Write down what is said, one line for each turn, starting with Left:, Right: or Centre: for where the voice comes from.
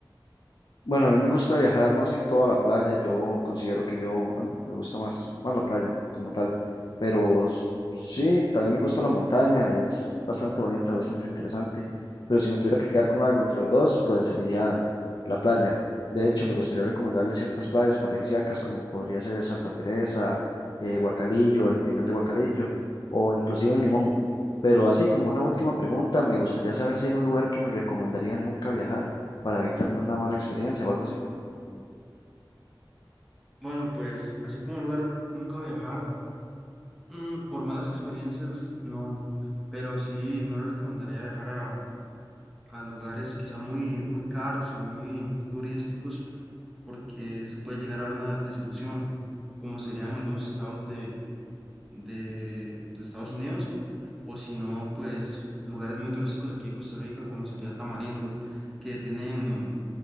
Left: Bueno, a mí me gusta viajar más que todo a la playa. Yo considero que yo, bueno, me gusta más, más la playa como tal. Pero s- sí, también me gusta la montaña. Es bastante bonita, es bastante interesante. Pero si me tuviera que quedar con algo entre los dos, pues sería la playa. De hecho, me gustaría recomendarle ciertas playas paradisíacas como podría ser Santa Teresa, eh, Guacalillo, el Peñón de Guacalillo o inclusive en Limón. Pero así como una última pregunta, me gustaría saber si hay un lugar que me recomendaría nunca viajar para evitarme una mala experiencia o algo así.
Centre: Bueno, pues así como un lugar nunca viajar. Mm, por malas experiencias, no, pero sí, no le recomendaría viajar a, a lugares quizá muy, muy caros o muy turísticos porque se puede llegar a dar una desilusión, como serían algunos estados de, de, de Estados Unidos, o si no, pues lugares muy turísticos aquí de Costa Rica, como sería Tamarindo, que tienen